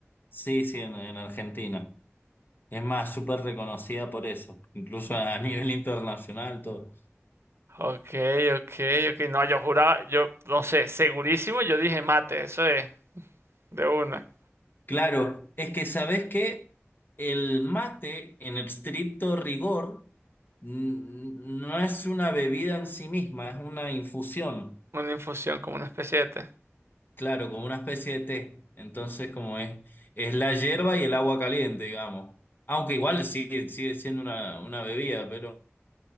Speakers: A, on the left; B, on the right.
A: Sí, sí, en, en Argentina. Es más, súper reconocida por eso, incluso a <laughs> nivel internacional, todo.
B: Ok, ok, ok. No, yo juraba, yo no sé, segurísimo, yo dije mate, eso es, de una.
A: Claro, es que sabes que el mate, en estricto rigor, n- no es una bebida en sí misma, es una infusión.
B: Una infusión, como una especie de té.
A: Claro, como una especie de té. Entonces, como es, es la hierba y el agua caliente, digamos. Aunque igual sigue, sigue siendo una, una bebida, pero